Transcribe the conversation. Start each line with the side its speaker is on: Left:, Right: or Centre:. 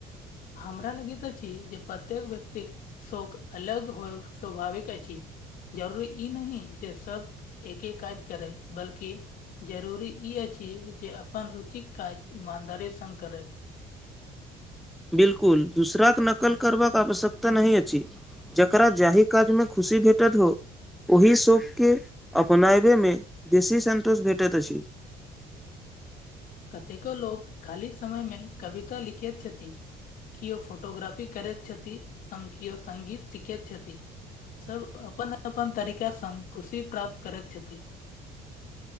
Left: हमरा लगैत अछि जे प्रत्येक व्यक्तिक शोक अलग होइ स्वभाविक अछि जरूरी ई नहि जे सब एके काज करै बल्कि जरुरी ई अछि जे अपन रुचिक काज ईमानदारी सङ्ग करैय
Centre: बिलकुल दूसराके नकल करबाक आवश्यकता नहि अछि। जकरा जाहि काजमे खुशी भेटत हो। ओहि शोककेँ अपनाबैमे बेसी सन्तोष भेटैत अछि।
Left: कतेको लोक खाली समयमे कविता लिखैत छथि। किओ फोटोग्राफी करैत छथि केओ संगङ्गीत सीखैत छथि। सब अपन अपन तरीका संग खुशी प्राप्त करैत छथि।